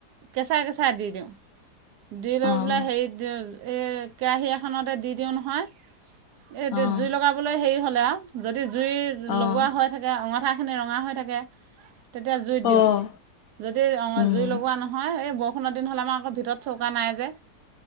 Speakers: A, on the right; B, on the left.
A: কেঁচা কেঁচা দি দিওঁ দি লৈ
B: অঁ
A: পেলাই হেৰি দি এ কাহে খানতে দি দিওঁ নহয় এইতি
B: অঁ
A: জুই লগাবলৈ হেৰি হ'লে আৰু যদি জুই
B: অহ
A: লগোৱা হৈ থাকে অঙঠা। সনে ৰঙা হৈ থাকে। তেতিয়া জুইত দিওঁ
B: অহ
A: যদি
B: উম
A: জুই লগোৱা নহয়। এই বৰষুণৰ দিন হ'ল আমাৰ আকৌ ভিতৰত চৌকা নাই যে